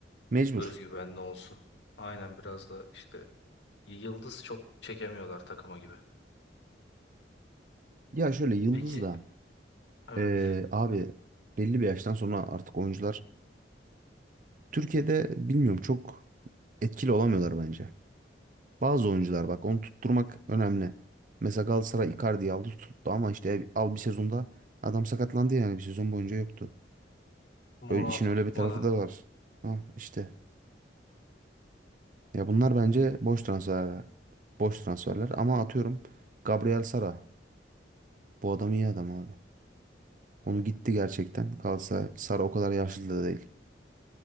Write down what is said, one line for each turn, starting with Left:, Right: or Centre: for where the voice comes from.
Right: Mecbur.
Left: özgüvenli olsun. Aynen biraz da işte yıldız çok çekemiyorlar takıma gibi.
Right: Ya şöyle Yıldız
Left: Peki
Right: da
Left: evet
Right: eee, abi belli bir yaştan sonra artık oyuncular Türkiye'de bilmiyorum çok etkili olamıyorlar bence. Bazı oyuncular bak onu tutturmak önemli. Mesela Galatasaray Icardi'yi aldı tuttu ama işte al bir sezonda adam sakatlandı yani bir sezon boyunca yoktu.
Left: Morata
Right: Öyle, işin öyle
Left: tutmadı.
Right: bir tarafı da var. Ha, işte. Ya bunlar bence boş transfer. Boş transferler ama atıyorum Gabriel Sara. Bu adam iyi adam abi. Onu gitti gerçekten. Kalsa Sara o kadar yaşlı da değil.